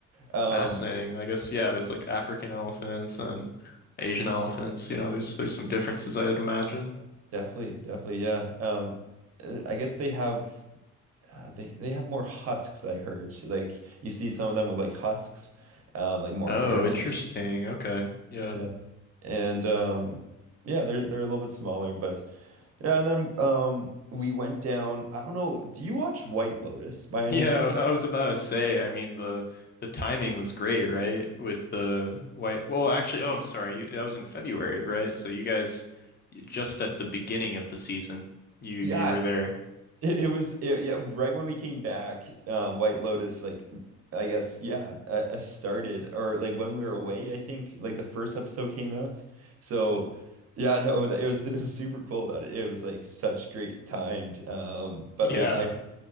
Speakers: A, on the right; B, on the left.
A: um
B: Fascinating. I guess yeah, that's like African elephants and Asian elephants. You know, there's there's some differences I'd imagine.
A: definitely definitely yeah um uh, I guess they have. uh, they they have more husks, I heard. Like you see some of them with like husks, um, like more
B: Oh,
A: hair
B: interesting.
A: on it.
B: Okay. Yeah.
A: Yeah.
B: <laughs>
A: And um yeah, they're they're a little bit smaller, but yeah, and then um we went down. I don't know, do you watch White Lotus by any
B: Yeah,
A: chance?
B: I was about to say, I mean the the timing was great, right? With the white Well, actually, oh, I'm sorry. You, that was in February, right? So you guys just at the beginning of the season, you you
A: Yeah,
B: were there. <laughs>
A: It, it was it, yeah, right when we came back, um, White Lotus like I guess yeah, uh, uh, started or like when we were away, I think like the first episode came out. So yeah, no, that- it was <laughs> it was super cool that it was like such great timed. Um, but
B: Yeah,
A: like I